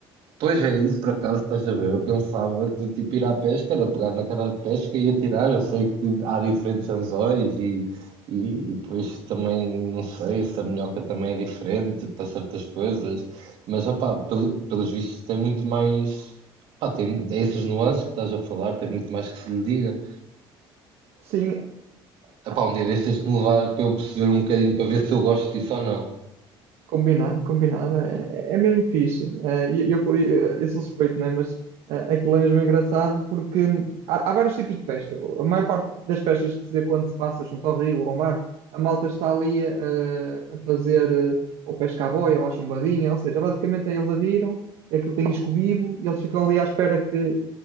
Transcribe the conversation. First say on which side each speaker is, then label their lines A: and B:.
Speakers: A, on the right (about 65°); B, on the right (about 80°).
A: Pois é, isso por acaso estás a ver? Eu pensava que tipo ir à pesca era pegar na cana de pesca e atirar. Eu sei que há diferentes anzóis e, e, e depois também não sei se a minhoca também é diferente para certas coisas, mas opá, pel- pelos vistos tem muito mais. Pá, tem essas nuances que estás a falar, tem muito mais que se lhe diga.
B: Sim,
A: Ah,
B: ah,
A: epá, um dia deixas-me levar para eu perceber um bocadinho para ver se eu gosto disso ou não.
B: combinado, combinado. É, é mesmo fixe. É, e eu, eu, eu sou suspeito, né? Mas é, aquilo é mesmo engraçado porque há, há vários tipos de pesca. A maior parte das pescas que se vê quando se passa junto ao rio ou ao mar, a malta está ali eh, a, fazer eh, ou pesca à boia ou à chumbadinha, ou seja, basicamente é eles adiram, aquilo tem escobibo e eles ficam ali à espera que,